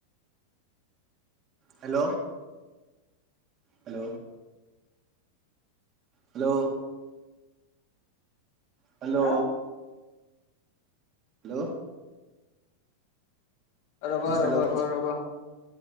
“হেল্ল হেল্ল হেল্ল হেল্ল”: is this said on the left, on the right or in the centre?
Right